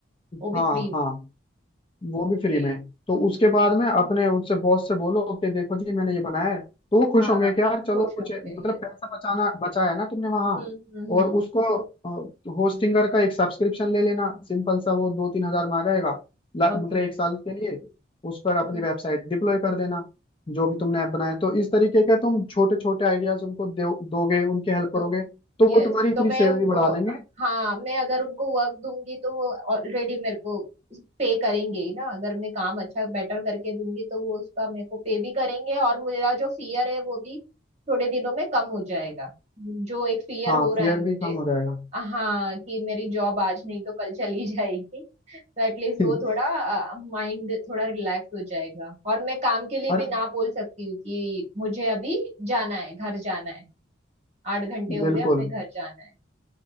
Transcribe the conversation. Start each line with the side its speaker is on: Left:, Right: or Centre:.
Right: वो भी
Left: हाँ
Right: फ्री में
Left: हाँ वो भी
Right: ओके
Left: फ्री में तो उसके बाद में अपने उससे बॉस से बोलो कि देखो जी मैंने ये बनाया है तो वो खुश
Right: हाँ
Left: होंगे कि यार चलो
Right: खुश
Left: कुछ
Right: होंगे
Left: मतलब
Right: यस
Left: पैसा बचाना बचाया है ना तुमने वहां
Right: हम्म हम्म हम्म
Left: और उसको होस्टिंगर का एक सब्सक्रिप्शन ले लेना सिंपल सा वो दो तीन हजार में आ जाएगा ला-
Right: ओके
Left: मतलब एक साल के लिए उस पर अपनी
Right: हम्म
Left: वेबसाइट डिप्लॉय कर देना जो भी तुमने
Right: हम्म,
Left: ऐप बनाया तो इस तरीके के तुम छोटे छोटे आइडियाज उनको दो, दोगे उनकी हेल्प करोगे
Right: तो
Left: तो
Right: यस
Left: वो तुम्हारी इतनी
Right: तो मैं
Left: सैलरी
Right: उनको
Left: बढ़ा देंगे
Right: हाँ मैं अगर उनको वर्क दूंगी तो वो ऑलरेडी मेरे को पे करेंगे ही ना अगर मैं काम अच्छा बेटर करके दूंगी तो वो उसका मेरे को पे भी करेंगे और मेरा जो फियर है वो भी थोड़े दिनों में कम हो जाएगा जो एक फियर
Left: हाँ
Right: हो रहा
Left: फेयर
Right: है मुझे
Left: भी कम हो जाएगा
Right: हाँ कि मेरी जॉब आज नहीं तो कल चली जाएगी तो एटलीस्ट
Left: <laughs>
Right: वो थोड़ा माइंड थोड़ा रिलैक्स हो जाएगा और मैं काम के लिए
Left: अरे
Right: भी ना बोल सकती हूँ कि मुझे अभी जाना है घर जाना है आठ घंटे हो
Left: बिल्कुल
Right: गया मैं घर जाना है